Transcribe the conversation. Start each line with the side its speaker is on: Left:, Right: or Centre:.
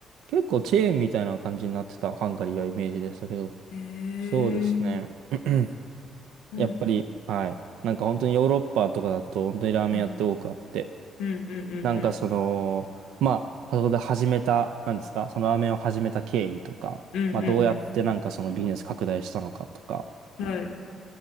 Right: 結構チェーンみたいな感じになってたハンガリーはイメージでしたけど、
Left: ええ
Right: そうですね。<clears throat>
Left: うん、
Right: やっぱり、
Left: うん、
Right: はい。なんか本当にヨーロッパとかだと本当にラーメン屋って多くあって、
Left: うん、うん、うん、
Right: なんかその、
Left: うん、
Right: まあ、そこで始めた、なんですか、そのラーメンを始めた経緯とか、
Left: うん、うん
Right: まあ、どうやってなんかそのビジネス拡大したのかとか、
Left: うん、はい。